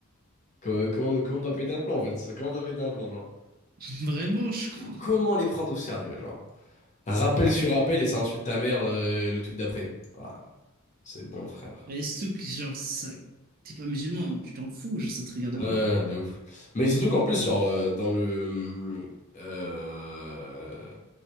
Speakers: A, on the left; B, on the right.
A: co- comment comment t'as pété un plomb en fait? ça Comment t'as pété un plomb, genre?
B: <laughs> vraiment, je
A: Surtout,
B: comprends.
A: comment les prendre au sérieux, genre? Rappel sur rappel et ça insulte ta mère euh, le tweet d'après. Ah, c'est bon, frère.
B: Mais surtout que, genre, ça... t'es pas musulman, tu t'en fous, genre, ça te regarde
A: Ouais,
B: pas.
A: de ouf. Mais surtout qu'en plus, genre, euh, dans le. euh,